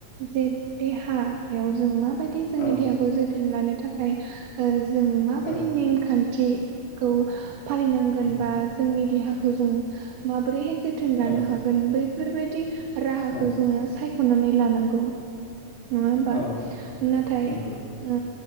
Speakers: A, on the right (about 70°); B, on the left (about 80°).
A: जे देहायाव जों माबायदि जोंनि
B: औ
A: देहाखौ जो थोन लानो थाखाय जों माबायदि
B: औ
A: नेमखान्थिखौ फालिनांगोन
B: उम
A: बा जोंनि देहाखौ जों माबोरैहाय जोथोन लानो
B: औ
A: हागोन बै बेफोरबायदि राहाखौ
B: औ
A: जोङो सायख'नानै लानांगौ । नङा होमबा
B: औ नोंथां
A: नाथाय
B: नंगौ
A: ओ